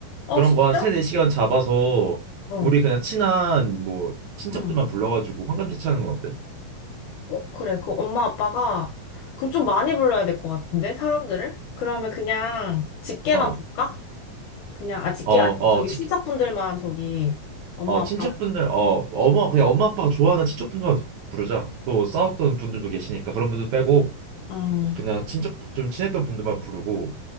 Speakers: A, on the left (about 80°); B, on the right (about 75°).
A: 아,
B: 그런
A: 진짜?
B: 거 한 세네 시간 잡아서
A: 어.
B: 우리 그냥 친한 뭐 친척들만
A: 응.
B: 불러가지고 환감잔치 하는 건 어때?
A: 어, 그래. 그 엄마 아빠가 그럼 좀 많이 불러야 될 것 같은데 사람들을? 그러면 그냥 직계만
B: 어,
A: 부를까? 그냥 아 직계
B: 어,
A: 아니고
B: 어,
A: 저기
B: 치,
A: 친척분들만 저기 엄마
B: 어,
A: 아빠
B: 친척분들, 어, 또 엄마, 그냥 엄마 아빠가 좋아하는 친척분들만 부르자. 또 싸웠던 분들도 계시니까 그런 분들 빼고
A: 응
B: 그냥 친척, 좀 친했던 분들만 부르고